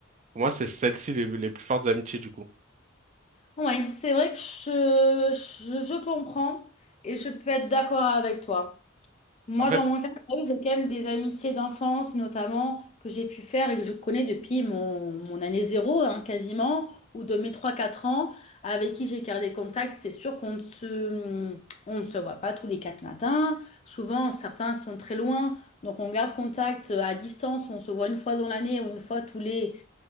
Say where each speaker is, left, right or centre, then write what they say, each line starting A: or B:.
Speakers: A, on the right; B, on the left.
A: Pour moi, c'est celles-ci les, les plus fortes amitiés, du coup.
B: Ouais, c'est vrai que je, je, je comprends et je peux être d'accord avec toi. Moi,
A: Après,
B: dans mon cas, c'est vrai que j'ai quand même des amitiés d'enfance, notamment, que j'ai pu faire et que je connais depuis mon, mon année zéro, hein, quasiment, ou de mes trois quatre ans, avec qui j'ai gardé contact. C'est sûr qu'on ne se, on ne se voit pas tous les quatre matins. Souvent, certains sont très loin, donc on garde contact à distance, on se voit une fois dans l'année ou une fois tous les